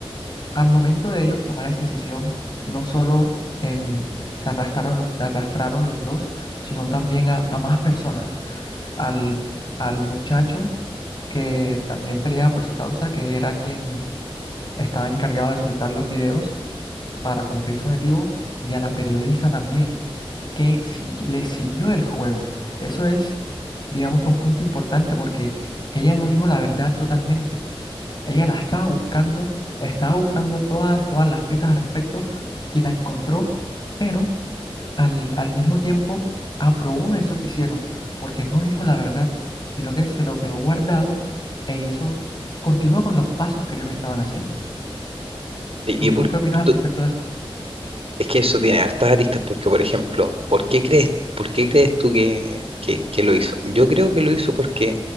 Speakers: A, on the left (about 50°); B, on the right (about 80°).
A: Al momento de ellos tomar esa decisión, no solo em, se arrastraron, lo- se arrastraron los dos, sino también a, a más personas. Al, al muchacho que también peleaba por su causa, que era quien estaba encargado de soltar los videos para cumplir su objetivo, y a la periodista también, que si, le siguió el juego. Eso es, digamos que un punto importante porque ella no dijo la verdad totalmente, ella la estaba buscando, estaba buscando todas, todas las pistas al respecto y la encontró, pero al, al mismo tiempo aprobó eso que hicieron, porque no dijo la verdad, sino que se lo quedó guardado e hizo, continuó con los pasos que ellos estaban haciendo.
B: ¿Y,
A: ¿Tú,
B: y por
A: tú qué opinas al
B: qué?
A: respecto de eso?
B: Es que eso tiene hartas aristas porque, por ejemplo, ¿por qué crees, por qué crees tú que, que- que lo hizo? Yo creo que lo hizo porque